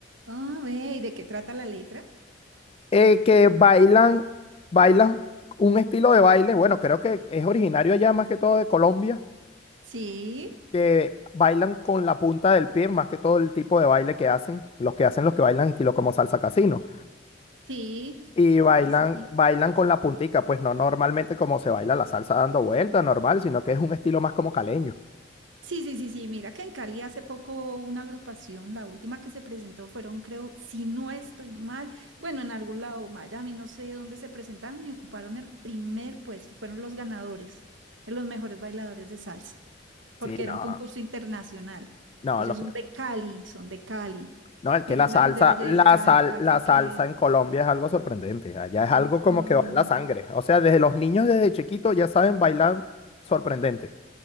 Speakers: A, on the right; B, on the left.
A: Ah, ve, ¿y de qué trata la letra?
B: eh, que bailan, bailan un estilo de baile, bueno, creo que es originario allá más que todo de Colombia,
A: Sí.
B: que bailan con la punta del pie, más que todo el tipo de baile que hacen, los que hacen los que bailan estilo como salsa casino,
A: Sí,
B: y bailan,
A: sí, sí, sí.
B: bailan con la puntica, pues no normalmente como se baila la salsa dando vueltas, normal, sino que es un estilo más como caleño.
A: Sí, sí, sí, sí. Mira que en Cali hace poco una agrupación, la última que se presentó fueron, creo, si no estoy mal, bueno, en algún lado, Miami, no sé dónde se presentaron y ocuparon el primer puesto. Fueron los ganadores, de los mejores bailadores de salsa, porque
B: Sí, no,
A: era un concurso internacional.
B: no,
A: Ellos
B: lo que...
A: son de Cali, son de Cali
B: No, es que
A: y
B: la
A: ganaron
B: salsa,
A: de Valle
B: la
A: del Cauca,
B: sal, la
A: creo
B: salsa
A: que es.
B: en Colombia es algo sorprendente. Allá es
A: No,
B: algo como que va
A: no, no.
B: en la sangre. O sea, desde los niños desde chiquitos ya saben bailar sorprendente.